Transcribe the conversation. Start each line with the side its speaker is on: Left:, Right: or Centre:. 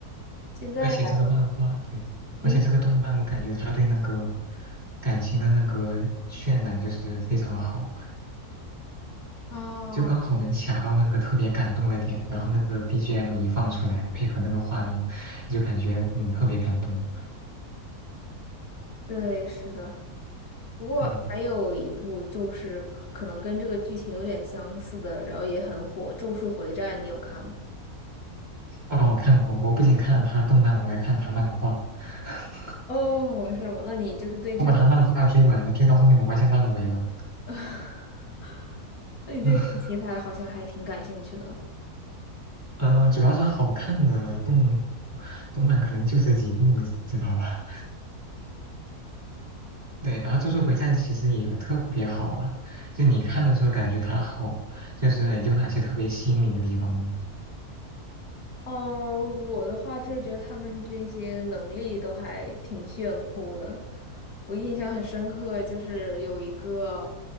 Left: 现在
Right: 而且这个漫画，
Left: <laughs> 来
Right: 对，而且这个动漫，
Left: 嗯
Right: 我感觉他对那个感情的那个渲染就是非常好，
Left: 啊，
Right: 就刚好能卡到那个特别感动的点，然后那个 BGM 一放出来，配合那个画面，就感觉嗯特别感动，
Left: 对，是的。不过还有一部就是可可能跟这个剧情有点相似的，
Right: 嗯，
Left: 然后也很火，《咒术回战》，你有看吗？
Right: 哦，我看过，我不仅看他动漫，我还看他漫画。<laughs>
Left: 哦，是吗？那你就是对这种题材。
Right: 我把他漫画追完了，追到后面我发现烂尾了。
Left: <laughs> 那你对这种题材好像还挺感兴趣的。
Right: <laughs> 嗯、呃主要是好看的动动漫可能就这几部，知道吧？对，然后《咒术回战》其实也特别好啊，就你看的时候感觉它好，就是有哪些特别吸引你的地方吗？
Left: 哦，我的话就是觉得他们这些能力都还挺炫酷的。我印象很深刻，就是有一个，